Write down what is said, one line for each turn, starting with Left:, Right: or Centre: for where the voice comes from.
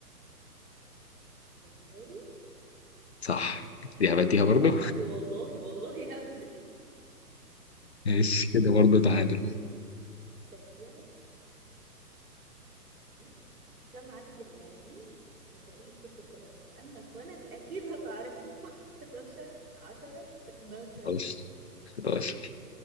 Right: برتغالي
Left: صح دي هبتيها برضو
Right: هبد والله والله هبد
Left: <laughs> ماشي كده برضو تعادل
Right: ثانية إيه ده؟ كم عدد اللاعبين في فريق كرة القدم بما انك ولد اكيد هتعرفه <laughs> 11 10 12
Left: 11 11